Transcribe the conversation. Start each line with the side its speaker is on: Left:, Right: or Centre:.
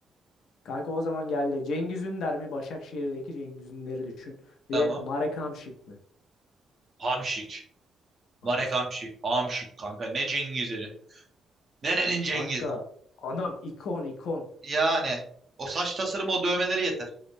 Left: Kanka o zaman geldi. Cengiz Ünder mi? Başakşehir'deki Cengiz Ünder'i düşün.
Right: Tamam.
Left: Bir de Marek Hamšík mi?
Right: Hamşik.
Left: Hamšík.
Right: Marek Hamşik.
Left: iyi.
Right: Hamşik kanka. Ne Cengiz'i? Nerenin Cengiz'i?
Left: Kanka adam ikon ikon.
Right: Yani. O saç tasarımı o dövmeleri yeter.